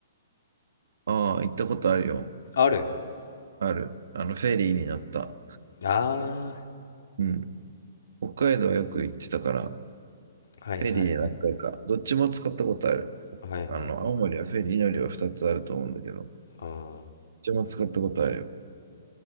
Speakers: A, on the right (about 75°); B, on the left (about 80°).
A: ああ、行ったことあるよ。
B: ある
A: ある。あの、フェリーに乗った。
B: あ
A: うん。北海道よく行ってたから、フ
B: あーはいはいはい
A: ェリーで何回か、どっちも使ったことある。
B: はいはいはい
A: あの、青森はフェリー乗りは2つあると思うんだけど、どっ
B: あー
A: ちも使ったことあるよ。